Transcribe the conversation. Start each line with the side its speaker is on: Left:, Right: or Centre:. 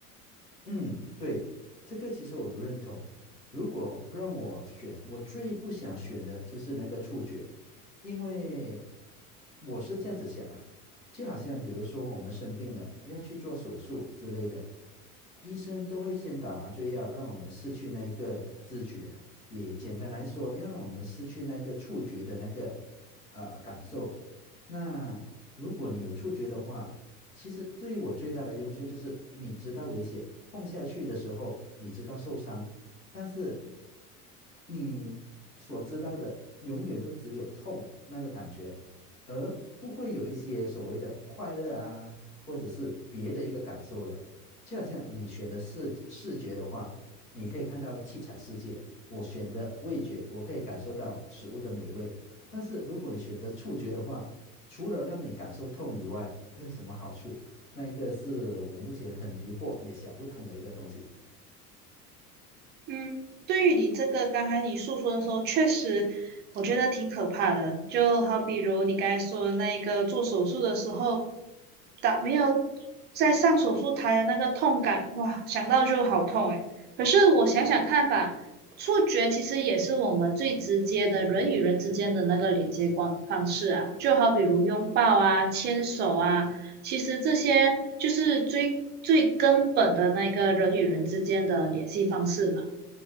Left: 嗯，对，这个其实我认同。如果让我选，我最不想选的就是那个触觉，因为我是这样子想啦，就好像比如说我们生病了，要去做手术之类的，医生都会先打麻醉药，让我们失去那一个知觉，也简单来说，要让我们失去那一个触觉的那个呃感受。那如果你有触觉的话，其实对我最大的用处就是你知道危险，碰下去的时候你知道受伤，但是你所知道的永远都只有痛那个感觉，而不会有一些所谓的快乐啊，或者是别的一个感受了。就好像你选的视视觉的话，你可以看到七彩世界；我选的味觉，我可以感受到食物的美味。但是如果你选择触觉的话，除了让你感受痛以外，还有什么好处？那一个是我目前很疑惑也想不通的一个东西。
Right: 嗯，对于你这个刚才你诉说的时候，确实我觉得挺可怕的。就好比如你刚才说的那个做手术的时候，打没有在上手术台的那个痛感，哇，想到就好痛诶。可是我想想看吧，触觉其实也是我们最直接的人与人之间的那个连接方方式啊，就好比如拥抱啊、牵手啊。其实这些就是最最根本的那个人与人之间的联系方式嘛。